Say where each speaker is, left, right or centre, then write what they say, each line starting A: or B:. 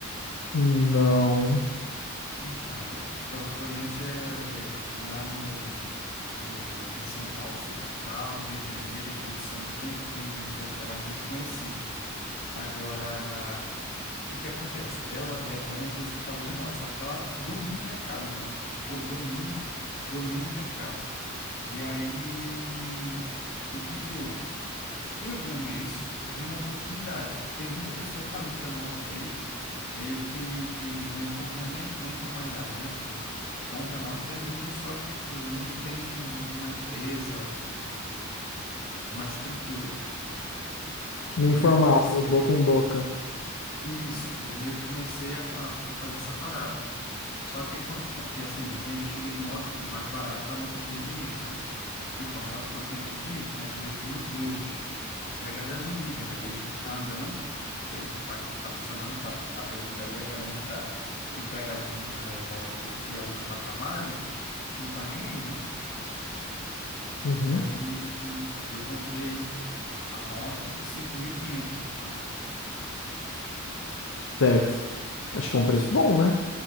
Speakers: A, on the left; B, on the left.
A: Não.
B: Hum, Ah, provavelmente é, é lá no, no, em São Paulo, assim, capital, Rio de Janeiro e Espírito Santo tem, tem, é é bastante conhecido. Agora, O que que acontece? Ela é, é uma empresa que aluga moto, só que ela domina o mercado, mano. Go- Domina, domina o mercado. E aí, o que que houve? Eu vendo isso, vi uma oportunidade. Tem muita pessoa que aluga moto aí, meio que na, infor- na, na, na informalidade, né? Tipo, compra a moto e aluga, só que, tipo, não tem uma empresa, um, uma estrutura.
A: No informal,
B: E aí eu comecei
A: no boca em boca.
B: Isso, e aí eu meio que comecei a, a, a fazer essa parada. Só que, quando- <laughs> e assim, eu tenho investido em moto mais barato para não perder dinheiro, né? Tipo, a moto que eu tenho aqui é de dois mil e dois e a galera não liga, né? Desde que tá andando, pe- tá, tá funcionando, tá, tá beleza ali, a galera que tá, que pega hum, é, moto e aluga para trabalho, não tá nem aí, né?
A: Uhum.
B: E aí eu comprei a moto cinco mil e quinhentos Gustavo.
A: Certo. Acho que é um preço bom, né?